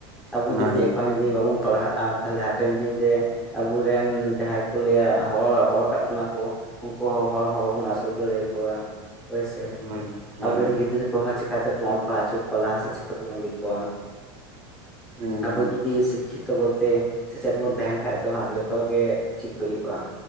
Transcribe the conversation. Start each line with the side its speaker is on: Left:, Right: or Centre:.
Centre: ᱟᱵᱚ
Right: ᱦᱳᱭ
Centre: ᱡᱩᱫᱤ ᱮᱠᱷᱚᱱ ᱡᱩᱫᱤ ᱵᱟᱵᱚᱱ ᱯᱟᱲᱦᱟᱜᱼᱟ ᱛᱟᱦᱞᱮ ᱦᱟᱯᱮᱱ ᱫᱤᱱᱨᱮ ᱟᱵᱚᱨᱮᱱ ᱡᱟᱦᱟᱸᱭ ᱠᱚ ᱞᱟᱹᱭᱟ ᱦᱚᱲ ᱦᱚᱲ ᱠᱟᱜ ᱛᱟᱱᱟ ᱠᱚ ᱩᱱᱠᱩ ᱦᱚᱸ ᱦᱚᱲ ᱦᱚᱸ ᱵᱟᱵᱚᱱ ᱟᱹᱥᱩᱞ ᱫᱟᱲᱮᱭᱟᱠᱚᱣᱟ ᱦᱳᱭᱥᱮ
Right: ᱦᱳᱭ ᱦᱳᱭ
Centre: ᱟᱵᱚᱨᱮᱱ ᱜᱤᱫᱽᱨᱟᱹ ᱠᱚᱦᱚᱸ ᱪᱮ ᱪᱤᱠᱟᱹ ᱛᱮᱵᱚᱱ ᱚᱞ ᱯᱟᱲᱦᱟᱣ ᱦᱚᱪᱚ ᱠᱚᱣᱟ ᱞᱟᱦᱟ ᱥᱮᱫ ᱪᱤᱠᱟ ᱛᱮᱵᱚᱱ ᱤᱫᱤ ᱠᱚᱣᱟ
Right: ᱦᱳᱭ
Centre: ᱟᱵᱚ ᱡᱫᱤ ᱥᱤᱠᱠᱷᱤᱛᱚ ᱵᱚᱞᱛᱮ ᱥᱮᱪᱮᱫ ᱵᱚᱱ ᱛᱟᱦᱮᱱ ᱠᱷᱟᱡ ᱫᱚ ᱦᱟᱸᱜ ᱡᱚᱛᱚᱜ ᱜᱮ ᱴᱷᱤᱠ ᱦᱩᱭᱩᱜᱼᱟ